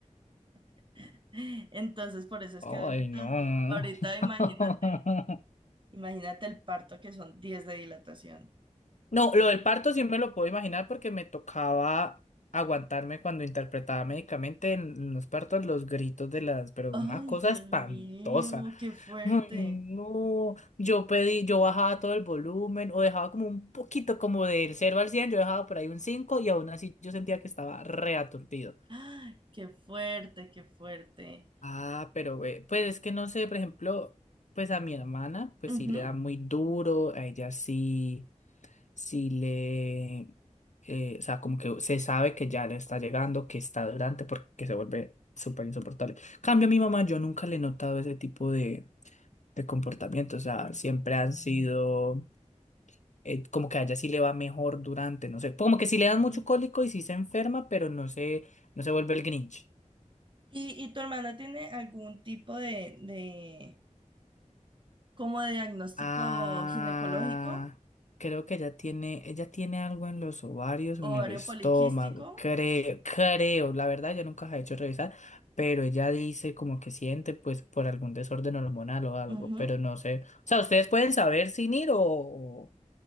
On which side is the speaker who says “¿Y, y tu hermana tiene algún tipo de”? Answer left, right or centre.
Right